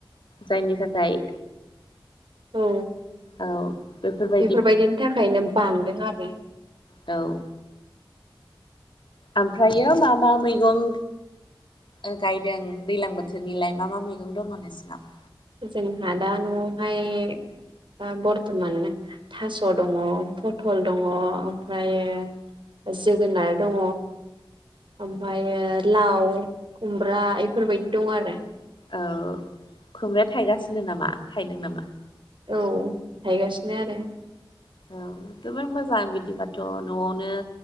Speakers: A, on the left (about 65°); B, on the right (about 65°).
A: जायनि थाखाय
B: औ
A: औ बेफोरबायदि
B: बेफोरबायदिनि थाखायनो बांदों आरो।
A: औ आमफ्रायो मा मा मैगं ओ गायदों दैलां बोथोरनिलाय मा मा मैगं दङ नोंसिनाव?
B: जोंहा दा न'आवहाय ओ बर्थमान थास' दङ पथल दङ ओमफ्रायो ओ जोगोनार दङ ओमफायो लाव खुमब्रा इफोरबायदि दं आरो।
A: औ खुमब्राया थायगासिनो नामा थायदों नामा?
B: औ थायगासिनो आरो।
A: औ जबोर मोजां बिदिबाथ' न'आवनो